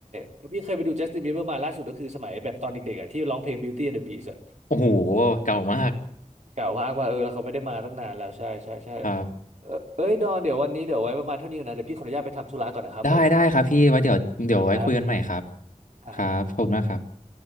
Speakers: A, on the right (about 65°); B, on the left (about 90°).
A: เพราะพี่เคยไปดูจัสตินบีเบอร์มาล่าสุดก็คือสมัยแบบตอนเด็กๆอะที่ร้องเพลง Beauty and the Beast อะ
B: โอ้โหเก่ามาก
A: เก่ามากว่าเออแล้วเขาไม่ได้มาตั้งนานแล้วใช่ใช่ใช่
B: ครับ
A: เออเอ้ยดอนเดี๋ยววันนี้เดี๋ยวไว้ประมาณเท่านี้ก่อนนะเดี๋ยวพี่ขออนุญาตไปทำธุระก่อนนะครับผม
B: ได้ได้ครับพี่ไว้เดี๋ยวเดี๋ยวไว้คุยกันใหม่ครับ
A: ครับครับ
B: ครับขอบคุณมากครับ